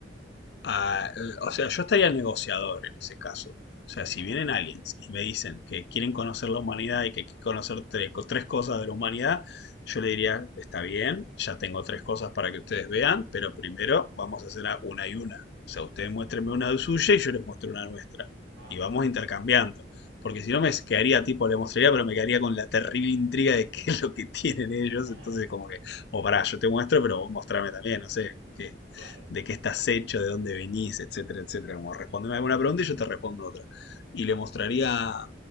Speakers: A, on the left; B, on the right.
A: a- o sea, yo estaría negociador en ese caso. O sea,
B: Ya.
A: si vienen aliens y me dicen que quieren conocer la humanidad y que hay que conocer tre- tres cosas de la humanidad, yo le diría, está bien, ya tengo tres cosas para que ustedes vean, pero primero vamos a hacerla una y una. O sea, ustedes muéstrenme una de suya y yo les muestro una nuestra.
B: Ah,
A: Y
B: bueno.
A: vamos intercambiando. Porque si no me quedaría tipo, le mostraría, pero me quedaría con la terrible intriga de qué es lo que <laughs> tienen ellos.
B: <laughs>
A: Entonces, como que, o pará, yo te muestro, pero vos mostrame también, no sé, qué,
B: Claro.
A: de qué estás hecho, de dónde venís, etcétera, etcétera. Como responderme alguna pregunta y yo te respondo otra. Y le mostraría,